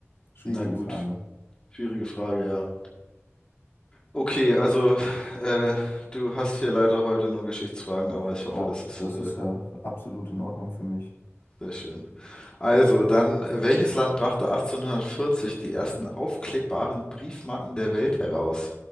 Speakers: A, on the left; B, on the left.
A: schwierige
B: na gut.
A: Frage.
B: Schwierige Frage, ja. Okay, also äh, du hast hier leider heute nur Geschichtsfragen, aber ich
A: Boah,
B: hoffe, das ist
A: das
B: äh,
A: ist ja absolut in Ordnung für mich.
B: sehr schön. Also, dann, äh, welches Land brachte 1840 die ersten aufklebbaren Briefmarken der Welt heraus?